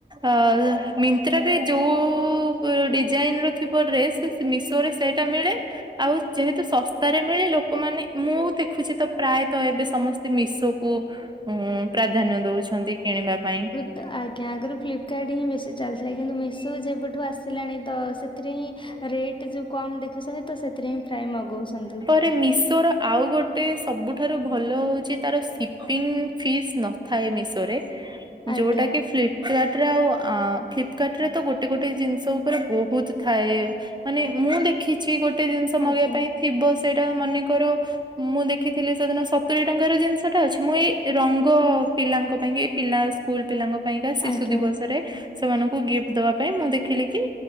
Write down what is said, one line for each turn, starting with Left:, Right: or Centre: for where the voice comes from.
Right: ଅ ତ୍ରା ରେ ଯଉ ଡିଜାଇନ ର ଥିବ ଡ୍ରେସ ମିଶୋ ରେ ସେଇଟା ମିଳେ। ଆଉ ଯେହେତୁ ଶସ୍ତାରେ ମିଳେ ଲୋ କ ମାନେ ମୁଁ ଦେଖୁଛି ତ ପ୍ରାୟତଃ ଏବେ ସମସ୍ତେ ମିଶୋ କୁ ଉଁ ପ୍ରାଧାନ୍ୟ ଦଉଛନ୍ତି କିଣିବା ପାଇଁ।
Left: ତ ଆଜ୍ଞା ଆଗରୁ ଫ୍ଲିପକାର୍ଟ ହିଁ ବେଶୀ ଚାଲିଥିଲା କିନ୍ତୁ ମିଶୋ ଯେବେଠୁ ଆସିଲାଣି ତ ସେଥିରେ ହିଁ ରେଟ ଯୋଉ କମ ଦେଖୁଛନ୍ତି ତ ସେଥିରେ ହିଁ ପ୍ରାୟ ମଗଉଛନ୍ତି।
Right: ଟେ ମିଶୋ ର ଆଉ ଗୋଟେ ସବୁଠାରୁ ଭଲ ହଉଛି ତାର ସିପିଙ୍ଗ ଫିସ୍ ନ ଥାଏ ମିଶୋ ରେ।
Left: ଆଜ୍ଞା
Right: ଯୋଉଟା କି ଫ୍ଲିପ ଫ୍ଲାଟ ରେ ଆଉ ଆଁ ଫ୍ଲିପକାର୍ଟ ରେ ତ ଗୋଟେ ଗୋଟେ ଜିନିଷ ଉପରେ ବହୁତ ଥାଏ। ମାନେ ମୁଁ ଦେଖିଛି ଗୋଟେ ଜିନିଷ
Left: ଆଜ୍ଞା
Right: ମଗେଇବା ପାଇଁ ଥିବ ସେଇଟା ମନେକର ମୁଁ ଦେଖିଥିଲି ସେଦିନ ସତୁରି ଟଙ୍କାର ଜିନିଷ ଟା ଅଛି। ମୁଁ ଏଇ ରଙ୍ଗ ପିଲାଙ୍କ ପାଇଁ କି ପିଲା ସ୍କୁଲ ପିଲାଙ୍କ ପାଇଁକା ଶିଶୁ
Left: ଆଜ୍ଞା
Right: ଦିବସରେ ସେମାନଙ୍କୁ ଗିଫ୍ଟ ଦବା ପାଇଁ ମୁଁ ଦେଖିଲି କି